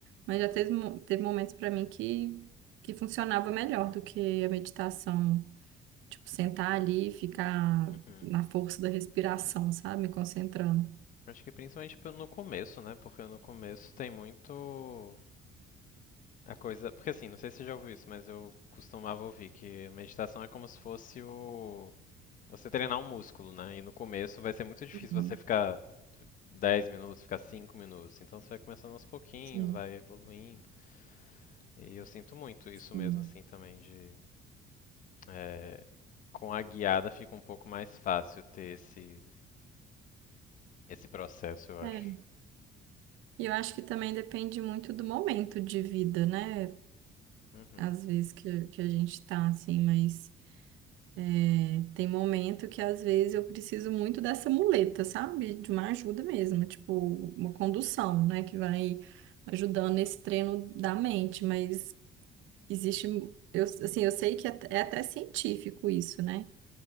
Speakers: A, on the right; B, on the left.
A: Mas já teve, mo- teve momentos para mim que, que funcionava melhor do que a meditação. Tipo, sentar ali e ficar
B: uhum.
A: na força da respiração, sabe? Me concentrando.
B: Acho que principalmente pe- no começo, né? Porque no começo tem muito. A coisa, porque assim, não sei se você já ouviu isso, mas eu costumava ouvir que meditação é como se fosse o você treinar um músculo, né? E no começo vai ser muito difícil
A: Uhum.
B: você ficar 10 minutos, ficar 5 minutos. Então você vai começando aos pouquinhos,
A: Sim,
B: vai evoluindo. E eu sinto muito isso
A: sim.
B: mesmo assim também de é, com a guiada fica um pouco mais fácil ter esse esse processo, eu acho.
A: É. E eu acho que também depende muito do momento de vida, né?
B: Uhum.
A: Às vezes que, que a gente tá assim, mas é, tem momento que às vezes eu preciso muito dessa muleta, sabe? De uma ajuda mesmo, tipo, uma condução, né? Que vai ajudando nesse treino da mente, mas. Existe, eu, assim, eu sei que é é até científico isso, né?